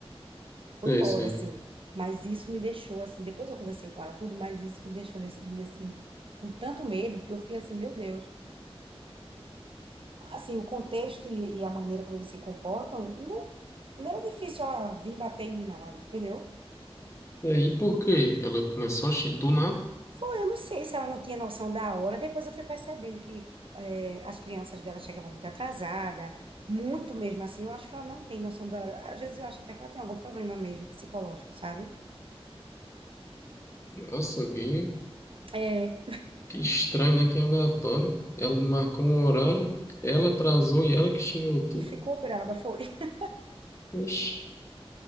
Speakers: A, on the right (about 55°); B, on the left (about 25°).
A: Foi
B: Sei,
A: embora,
B: sei.
A: assim. Mas isso me deixou, assim, depois eu conversei com ela tudo, mas isso me deixou nesse dia, assim, com tanto medo, porque eu fiquei assim, meu Deus. assim, o contexto e, e a maneira como eles se comportam, não, não era difícil ela vir bater em mim, não, ali, entendeu?
B: E aí, por quê? Ela começou a... chi- Do nada.
A: Foi, eu não sei se ela não tinha noção da hora. Depois eu fui percebendo que é, as crianças dela chegavam muito atrasada, muito mesmo assim. Eu acho que ela não tem noção da hora. Às vezes eu acho até que ela tem algum problema mesmo psicológico, sabe?
B: Nossa, que,
A: É,
B: que estranho, né? Que aleatório. Ela marcou um horário, ela atrasou e ela que xingou tu.
A: e ficou braba, foi. <laughs>
B: Oxi.